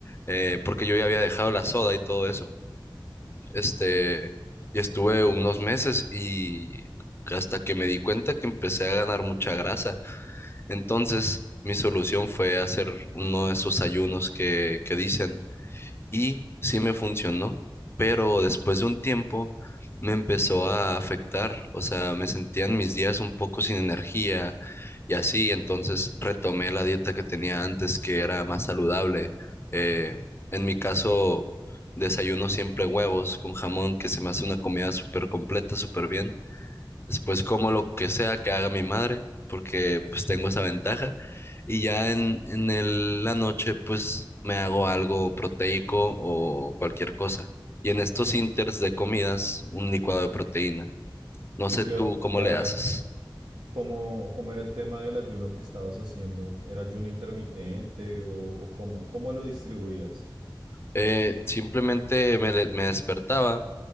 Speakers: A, on the left; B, on the right.
A: eh, porque yo ya había dejado la soda y todo eso. Este, y estuve unos meses y hasta que me di cuenta que empecé a ganar mucha grasa. Entonces, mi solución fue hacer uno de esos ayunos que, que dicen y sí me funcionó, pero después de un tiempo me empezó a afectar, o sea, me sentían mis días un poco sin energía y así, entonces retomé la dieta que tenía antes, que era más saludable. Eh, en mi caso, desayuno siempre huevos con jamón, que se me hace una comida súper completa, súper bien Después como lo que sea que haga mi madre, porque pues tengo esa ventaja. Y ya en, en el- la noche pues me hago algo proteico o cualquier cosa. Y en estos inters de comidas, un licuado de proteína. No
B: Yo
A: sé
B: te
A: tú
B: iba a preguntar
A: cómo le haces.
B: cómo, cómo era el tema del ayuno que estabas haciendo. ¿Era ayuno intermitente o, o cómo, cómo lo distribuías?
A: Eh, simplemente me, de- me despertaba